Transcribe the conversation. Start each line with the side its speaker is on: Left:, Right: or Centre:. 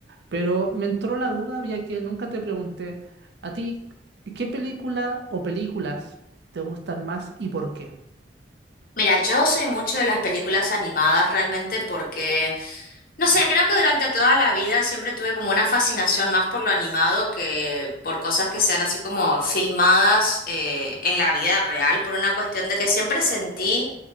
Right: Pero me entró la duda, ya que nunca te pregunté a ti, ¿qué película o películas te gustan más y por qué?
Left: Mira, yo soy mucho de las películas animadas realmente porque, no sé, creo que durante toda la vida siempre tuve como una fascinación más por lo animado que por cosas que sean así como filmadas eh, en la vida real, por una cuestión de que siempre sentí